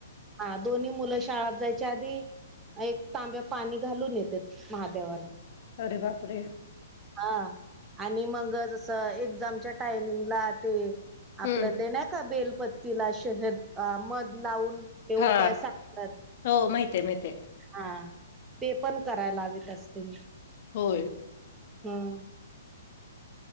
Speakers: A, on the right; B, on the left.
A: हा दोन्ही मुलं शाळात जायच्या आधी एक तांब्या पाणी घालून येत्यात महादेवाला
B: अरे बापरे.
A: हा आणि मग जसं एक्झामच्या टायमिंगला ते आपलं
B: हम्म
A: ते नाही का बेलपत्तीला शहद मध लावून ते
B: हा
A: उपाय सांगतात
B: हो माहितीय, माहितीय.
A: हा ते पण करायला लावीेत असते मी.
B: होय.
A: हंम